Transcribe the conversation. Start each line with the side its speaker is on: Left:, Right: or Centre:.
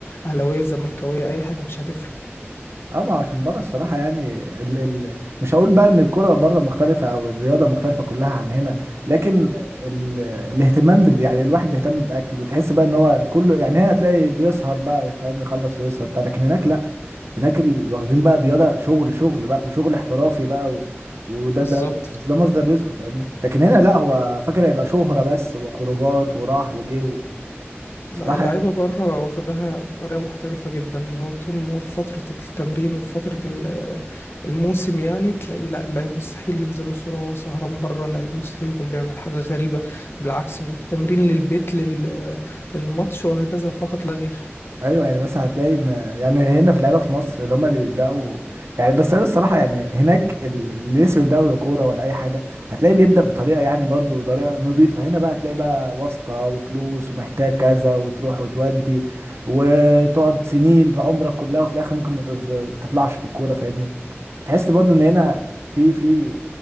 Left: أهلاوية زملكاوية أي حاجة مش هتفرق
Right: اه ما عشان بره الصراحه يعني ال... ال... مش هقول بقى ان الكره بره مختلفه او الرياضه مختلفه كلها عن هنا لكن ال... الاهتمام بال... يعني الواحد بيهتم باكله تحس بقى ان هو كله يعني هنا تلاقي بيسهر بقى فاهم يخلص ويسهر بتاع لكن هناك لا هناك ال... واخدين بقى الرياضه شغل شغل بقى وشغل احترافي بقى و... وده
Left: بالظبط
Right: ده بس ده مصدر رزقه فاهمني لكن هنا لا هو فاكر هيبقى شهره بس وخروجات وراح وجه و...
Left: لا
Right: صراحة
Left: اللعيبة بره واخدها بطريقة محترفة جدا اللي هو طول ما هو في فترة التمرين وفي فترة ال- الموسم يعني تلاقي لا اللعيب مستحيل ينزل له صورة وهو سهران بره اللعيب مستحيل يكون بيعمل حاجة غريبة بالعكس من التمرين للبيت لل... للماتش وهكذا فقط لا غير
Right: ايوه يعني مثلا هتلاقي ان يعني هنا في لعيبه في مصر اللي هم اللي بيبداوا يعني بس انا الصراحه يعني هناك اللي لسه بيبداوا كوره ولا اي حاجه هتلاقيه بيبدا بطريقه يعني برضو طريقه نظيفه هنا بقى هتلاقي بقى واسطه وفلوس ومحتاج كذا وتروح وتودي وتقعد سنين في عمرك كلها وفي الاخر ممكن ما تز- تطلعش في الكوره فاهمني بتحس برضو ان هنا في في